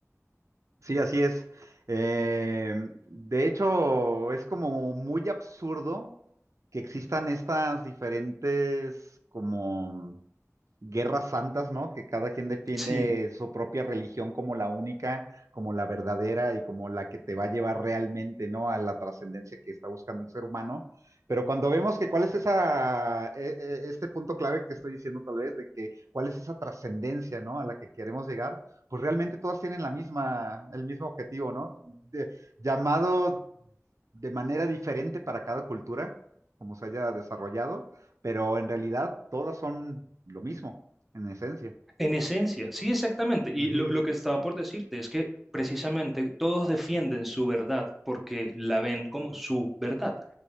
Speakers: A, on the right (about 70°); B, in the centre.
A: Sí, así es. Eh, de hecho, es como muy absurdo que existan estas diferentes como guerras santas, ¿no? Que cada quien defiende
B: Sí.
A: su propia religión como la única, como la verdadera y como la que te va a llevar realmente, ¿no? A la trascendencia que está buscando el ser humano. Pero cuando vemos que cuál es esa, eh, eh, este punto clave que estoy diciendo tal vez, de que cuál es esa trascendencia, ¿no? A la que queremos llegar, pues realmente todas tienen la misma, el mismo objetivo, ¿no? De- llamado de manera diferente para cada cultura, como se haya desarrollado, pero en realidad todas son lo mismo, en esencia.
B: En esencia, sí, exactamente. Y
A: Ujú,
B: lo, lo que estaba por decirte es que precisamente todos defienden su verdad porque la ven como su verdad.